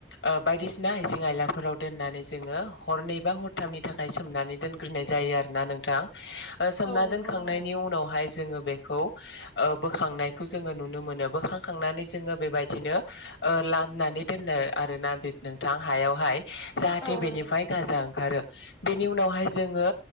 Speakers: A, on the left; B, on the left.
A: ओ बायदिसिना आइजें आइलाफोराव दोननानै जोङो हरनै बा हरथामनि थाख खाय सोमनानै दोनग्रोननाय जायो आरोना नोंथां ओ सोमना
B: औ नंगौ
A: दोनखांनायनि
B: नोंथां
A: उनावहाय जोङो बेखौ ओ बोखांनायखौ जोङो नुनो मोनो बोखांखांनानै जोङो बेबायदिनो ओ लाम नानै दोननो आरोना बे नोंथां हायावहाय जाहाथे
B: औ नंगौ
A: बेनिफ्राय गाजा ओंखारो। बेनि उनावहाय जोङो